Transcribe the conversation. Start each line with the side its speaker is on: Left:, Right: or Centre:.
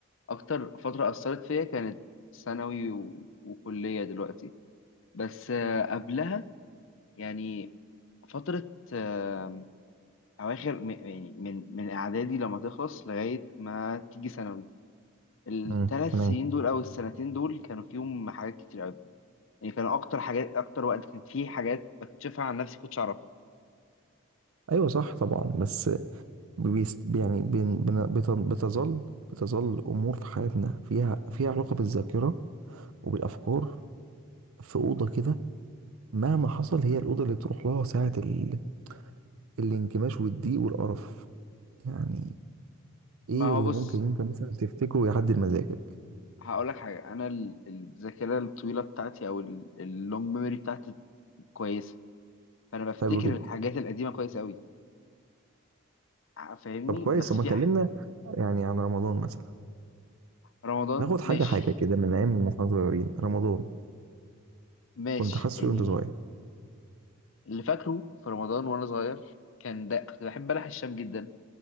Left: اكتر فتره اثرت فيا كانت ثانوي و- وكليه دلوقتي بس آه، قبلها يعني فتره آه، اواخر م- يعني من من اعدادي لما تخلص لغايه ما تيجي ثانوي الثلاث
Right: امم تمام
Left: سنين دول او السنتين دول كانوا فيهم حاجات كتير قوي يعني كانوا اكتر حاجات اكتر وقت كان فيه حاجات بكتشفها عن نفسي كنتش اعرفها
Right: ايوه صح طبعا بس بيست يعني بن بن بتن- بتظل بتظل امور في حياتنا فيها فيها علاقه بالذاكره وبالافكار في اوضه كده مهما حصل هي الاوضه اللي بتروح لها ساعه ال... الانكماش والضيق والقرف يعني ايه
Left: ما هو
Right: اللي
Left: بص
Right: ممكن انت مثلا تفتكره يعدل مزاجك
Left: هقول لك حاجه انا ال- الذاكره الطويله بتاعتي او اللونج ميموري بتاعتي كويسه فانا بفتكر
Right: حلو جدا
Left: الحاجات القديمه كويس قوي فاهمني
Right: طب كويس
Left: بس
Right: طب
Left: في
Right: ما كلمنا
Left: ح-
Right: يعني عن رمضان مثلا
Left: رمضان
Right: ناخد حاجة
Left: ماشي
Right: حاجة كده من أيام ما احنا صغيرين رمضان
Left: ماشي
Right: كنت حاسه
Left: يعني
Right: وأنت صغير
Left: اللي فاكره في رمضان وانا صغير كان ده كنت بحب بلح الشام جدا